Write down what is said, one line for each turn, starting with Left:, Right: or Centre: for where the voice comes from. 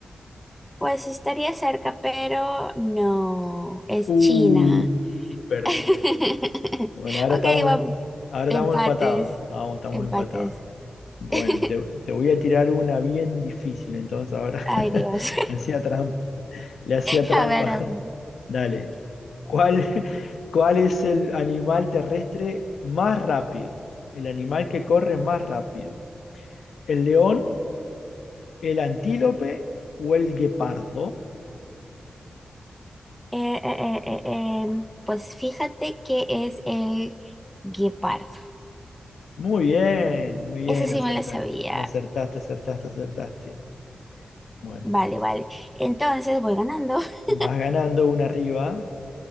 Centre: Pues estaría cerca, pero no, es
Left: Uh,
Centre: China.
Left: perdí
Centre: <laughs>
Left: ahí. Bueno, ahora
Centre: Ok,
Left: estamos,
Centre: vamos.
Left: ahora estamos
Centre: Empates,
Left: empatados. Vamos, estamos
Centre: empates.
Left: empatados. Bueno,
Centre: <laughs>
Left: te, te voy a tirar una bien difícil, entonces ahora
Centre: Ay,
Left: <laughs>
Centre: Dios.
Left: le hacía trampa, le hacía
Centre: <laughs>
Left: trampa.
Centre: A ver, a
Left: <laughs>
Centre: ver.
Left: Dale, ¿cuál, <laughs> cuál es el animal terrestre más rápido? El animal que corre más rápido. ¿El león, el antílope o el guepardo?
Centre: Eh, eh, eh, eh, em, pues fíjate que es el guepardo.
Left: Muy bien, muy bien,
Centre: Eso sí
Left: acertaste,
Centre: me lo sabía.
Left: acertaste, acertaste, acertaste. Bueno,
Centre: Vale, vale. Entonces voy ganando. <laughs>
Left: vas ganando una arriba.